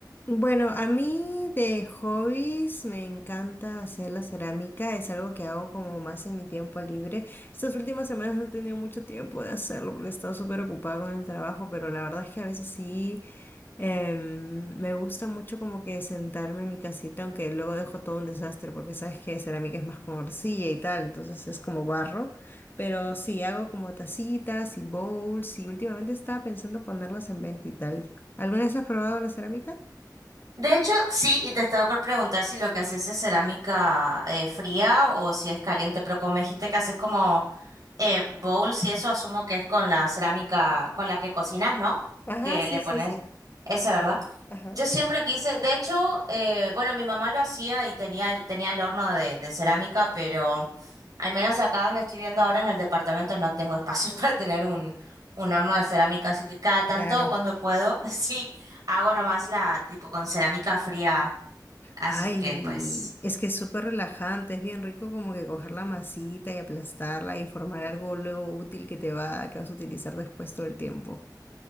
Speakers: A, on the left; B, on the right.
A: Bueno, a mí de hobbies me encanta hacer la cerámica, es algo que hago como más en mi tiempo libre. Estas últimas semanas no he tenido mucho tiempo de hacerlo porque he estado súper ocupada con el trabajo, pero la verdad es que a veces sí em, me gusta mucho como que sentarme en mi casita, aunque luego dejo todo un desastre porque sabes que cerámica es más con arcilla y tal, entonces es como barro. Pero sí, hago como tacitas y bowls y últimamente estaba pensando ponerlas en venta y tal. ¿Alguna vez has probado la cerámica?
B: De hecho, sí, y te estaba por preguntar si lo que haces es cerámica eh, fría o si es caliente, pero como me dijiste que haces como eh, bowls y eso, asumo que es con la cerámica con la que cocinas, ¿no?
A: Ajá,
B: Que
A: sí,
B: le
A: sí,
B: pones
A: sí.
B: esa, ¿verdad?
A: Ajá,
B: Yo siempre quise, de hecho, eh, bueno, mi mamá lo hacía y tenía, el- tenía el horno de, de cerámica, pero al menos acá donde estoy viendo ahora en el departamento no tengo espacio <laughs> para tener un, un horno de cerámica, así que cada tanto
A: Claro.
B: cuando puedo, <laughs> sí, hago nomás la tipo con cerámica fría, así
A: Ay,
B: que pues...
A: es que es súper relajante, es bien rico como que coger la masita y aplastarla y formar algo luego útil que te va, que vas a utilizar después todo el tiempo.